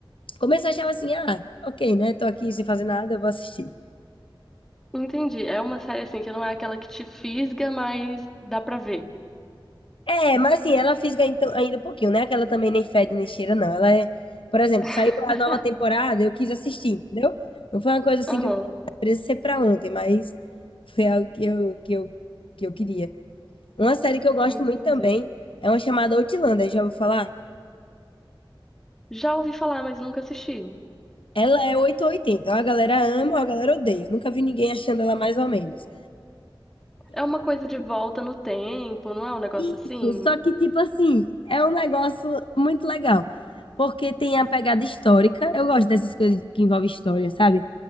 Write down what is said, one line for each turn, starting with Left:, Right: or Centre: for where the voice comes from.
Left: Começo eu achava assim, ah, ok, né? Tô aqui sem fazer nada, vou assistir.
Centre: Entendi. É uma série, assim, que não é aquela que te fisga, mas dá pra ver.
Left: É, mas assim, ela fisga então, ainda um pouquinho, né? Que ela também nem fede nem cheira, não. Ela é, por exemplo, saiu
Centre: <laughs>
Left: a nova temporada, eu quis assistir, entendeu? Não foi uma coisa assim
Centre: Aham,
Left: que eu queria presa ser pra ontem, mas foi algo que eu, que eu, que eu queria. Uma série que eu gosto
Centre: entendi.
Left: muito também é uma chamada Outlander, já vou falar?
Centre: Já ouvi falar, mas nunca assisti.
Left: Ela é 880, ou oitenta, ou a galera ama ou a galera odeia. Eu nunca vi ninguém achando ela mais ou menos.
Centre: É uma coisa de <laughs> volta no tempo, não é um negócio
Left: Isso,
Centre: assim?
Left: só que, tipo assim, é um negócio muito legal. Porque tem a pegada histórica. Eu gosto dessas coisas que envolvem história, sabe?